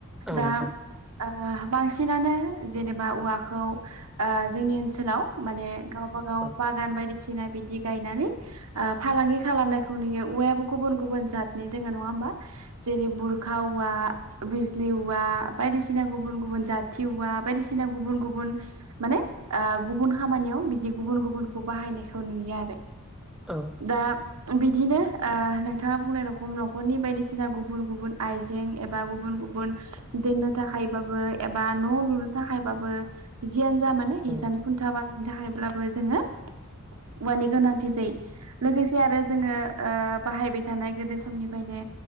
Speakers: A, in the centre; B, on the right.
A: औ
B: दा
A: नोंथां।
B: ओ बांसिनानो जेनेबा औवाखौ ओ जोंनि ओनसोल माने गावबा गाव
A: औ
B: बागान बायदिसि ना बिदि गायनानै ओ फालांगि खालामनायखौ नुयो उवायाबो गुबुन गुबुन जादनि दोङो, नङा होमबा? जेरै बुरखा उवा, बिजलि उवा बायदिसिना गुबुन गुबुन जाथिउवा बायदिसिना गुबुन गुबुन माने आ गुबुन खामानियाव बिदि गुबुन गुबुनखौ बाहायनायखौ नुयो आरो।
A: औ
B: दा बिदिनो ओ नोंथाङा बुंनाय रखम न'खरनि बायदिसिना गुबुन गुबुन आइजें एबा गुबुन गुबुन दोननो थाखायबाबो एबा न' लुनो थाखायबाबो जियानो जा मानो हिसान
A: औ
B: खुन्था बानायनो थाखायब्लाबो जोङो उवानि गोनांथि जायो । लोगोसे आरो जोङो ओ बाहायबाय थानाय गोदो समनिफायनो